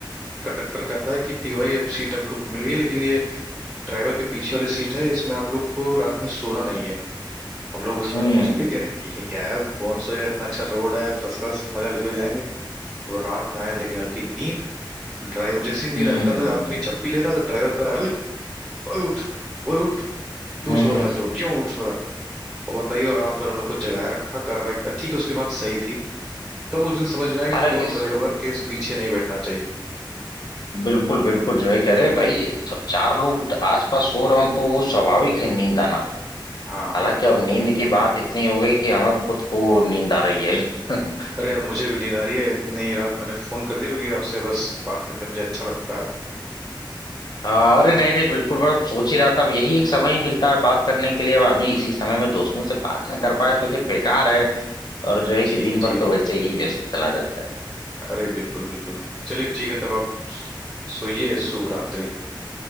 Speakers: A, in the centre; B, on the left.
A: कंडक्टर कहता है कि ठीक है भाई अब सीट आप लोग को मिल गई लेकिन ये ड्राइवर के पीछे वाली सीट है इसमें आप लोग को रात में सोना नहीं है हम लोग उसमें
B: हम्म
A: खुश थे कि अरे ठीक है क्या है कौन सोएगा इतना अच्छा रोड है फर्स्ट क्लास मजा लेते हुए जाएंगे और रात में आने लगी हल्की नींद ड्राइवर जैसी नींद
B: हम्म
A: हल्का सा आदमी झप्पी ले रहा था ड्राइवर कर रहा है ओए ओए उठ ओए उठ क्यों
B: हम्म
A: सो रहा है तू क्यों उठ सो रहा है और बताइए और रात भर हम लोग को जगाए रखा कर रहा था ठीक है उसकी बात सही थी तब उस दिन समझ में आया
B: हालांकि
A: कि क्यों
B: इस
A: ड्राइवर के पीछे नहीं बैठना चाहिए
B: बिल्कुल बिल्कुल जो है कह रहे भाई जब चार लोग आसपास सो रहे हो तो वो स्वाभाविक है नींद आना
A: हाँ
B: हालांकि अब नींद की बात इतनी हो गई कि हमें खुद को नींद आ रही है <laughs>
A: अरे अब मुझे भी नींद आ रही है इतनी रात मैंने फोन कर दिया क्योंकि आपसे बस बात करने मुझे अच्छा लगता है
B: अरे नहीं नहीं बिल्कुल मैं सोच ही रहा था अब यही एक समय ही मिलता है बात करने के लिए अब आदमी इसी समय में दोस्तों से बात ना कर पाए तो फिर बेकार है और जो है कि
A: जी
B: दिन भर
A: जी
B: तो वैसे ही व्यस्त चला जाता है
A: अरे बिल्कुल बिल्कुल चलिए ठीक है तब आप सोइए शुभ रात्रि